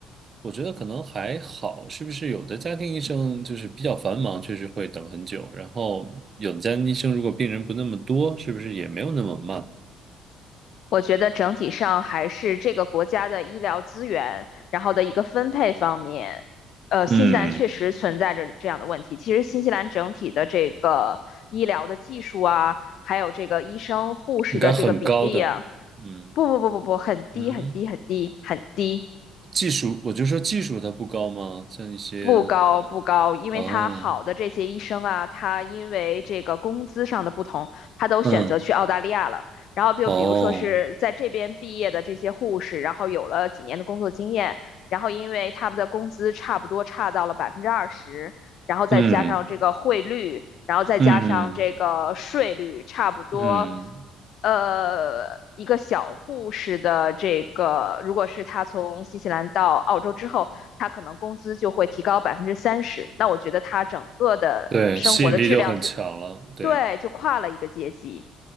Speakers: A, on the right; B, on the left.
A: 我觉得可能还好，是不是有的家庭医生就是比较繁忙，确实会等很久。然后有的家庭医生如果病人不那么多，是不是也没有那么慢？
B: 我觉得整体上还是这个国家的医疗资源，然后的一个分配方面。呃，
A: 嗯，
B: 新西兰确实存在着这样的问题。其实，新西兰整体的这个医疗的技术啊，还有这个医生、护士的这个比例啊，
A: 应该很高的。嗯
B: 不不不不不，很低很低很低很低，
A: 嗯，技术，我就说技术它不高吗？像一些
B: 不高不高，因为他好的这些医生啊，
A: 哦，
B: 他因为这个工资上的不同，他都选择去澳大利亚了。
A: 嗯
B: 然后就比如说是在这边毕业的这些护士，
A: 哦，
B: 然后有了几年的工作经验，然后因为他们的工资差不多差到了百分之二十，然后再加上这个汇率，
A: 嗯
B: 然后再加上这个税率差不多，
A: 嗯嗯嗯
B: 呃，一个小护士的这个，如果是他从新西兰到澳洲之后，他可能工资就会提高百分之三十，那我觉得他整个的生活的质量就，
A: 对，吸引力就很强了。对。
B: 对，就跨了一个阶级。